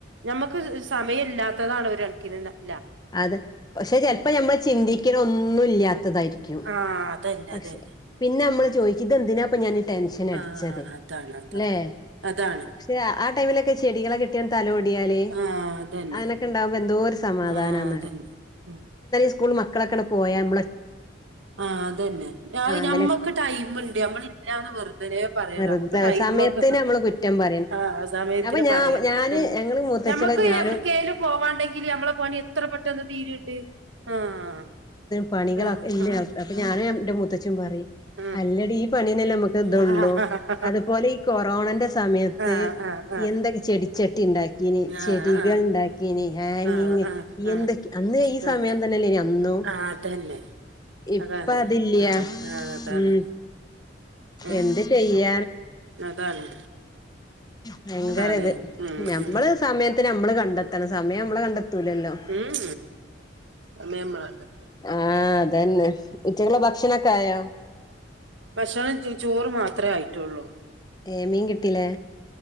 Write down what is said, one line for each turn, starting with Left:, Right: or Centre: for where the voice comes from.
Right: ഞമ്മക്ക് സമയംല്ലാത്തതാണ് ഒര് കണക്കിന് നല്ല
Left: അതെ പക്ഷെ ചെലപ്പോ നമ്മൾ ചിന്തിക്കണ ഒന്നും ഇല്ലാത്തതായിരിക്കും
Right: ആ അതന്നെ
Left: പക്ഷെ
Right: അതന്നെ
Left: പിന്നെ നമ്മള് ചോദികും എന്തിനാപ്പൊ ഞാൻ ടെൻഷൻ അടിച്ചത്
Right: ആ അതാണ് അതാണ്
Left: ല്ലേ
Right: അതാണ്
Left: പക്ഷെ ആഹ് ടൈമിലൊക്കെ ചെടികളെ കെട്ടിയ തലോടിയാലേ
Right: ആ അതന്നെ
Left: അങ്ങനൊക്കെ ഉണ്ടാകുമ്പോ എന്തോരു സമാധാനം
Right: ആ അതന്നെ ഉം
Left: സ്കൂളിൽ മക്കളൊക്കെ പോയാമ്മള
Right: ആഹ് അതന്നെ ഞമ്മക്ക്
Left: ഇവലെ
Right: ടൈമുണ്ട് നമ്മള ഇല്ലാന്ന് വെറുതനെ പറയ
Left: വെറുതെ
Right: നമുക്ക് ടൈമ
Left: സമയത്തിന്
Right: ഒക്കെ
Left: നമ്മള് കുറ്റം പറയും
Right: ആഹ് സമയത്തിന്
Left: അപ്പൊ ഞാ
Right: പറയാണ്
Left: ഞാന്
Right: നമ്മക്ക്
Left: ഞങ്ങള് മൂത്തച്ഛളും
Right: നമക്ക്
Left: ഞാനും
Right: എവിടോ കെലും പോവാണ്ടെങ്കില് നമ്മളെ പണി എത്ര പെട്ടെന്ന് തീരുണ്ട് ആഹ്
Left: പണികള
Right: ആഹ് ആഹ്
Left: അപ്പൊ ഞാനും എന്റെ മുത്തച്ചി പറയും
Right: ആഹ്
Left: അല്ലഡി ഈ പെണീന്നല്ലേ നമുക്ക് ഇത
Right: ആഹ്
Left: ഉള്ളൂ
Right: ആഹ്
Left: അതുപോലെ ഈ കൊറോണന്റെ സമയത്ത്
Right: ആഹ് ആഹ് ആഹ്
Left: എന്തൊക്കെ ചെടിച്ചട്ടി ഉണ്ടാക്കി
Right: ആഹ്
Left: ചെടികൾ
Right: ആഹ് ആഹ്
Left: ഉണ്ടാക്കിന് ഹാങ്ങിങ്,
Right: ആഹ് ആഹ് ആഹ് ആഹ്
Left: എന്തൊ അന്ന് ഈ സമയം തന്നെല്ല അന്നും.
Right: ആഹ് അതന്നെ
Left: ഇപ്പ
Right: അതാണ്
Left: അതില്ല
Right: ആഹ് ആഹ് അതാണ്
Left: ഉം
Right: ആഹ്
Left: എന്ത് ചെയ്യാ?
Right: അതാണ്
Left: ഭയങ്കര
Right: അതാണ്
Left: ഇത്
Right: ഉം
Left: ഞമ്മള്
Right: ഉം
Left: സമയത്തിന് നമ്മള് കണ്ടെത്തണം സമയം നമ്മള് കണ്ടെ തുലല്ലോ
Right: ഉം അമ്മ നമ്മള
Left: ആഹ് അതന്നെ ഉച്ചക ഭക്ഷണൊക്കെ ആയോ
Right: ഭക്ഷണം ചോറ് മാത്രമേ ആയിട്ടുള്ളൂ
Left: ഏഹ് മീൻ കിട്ടീലേ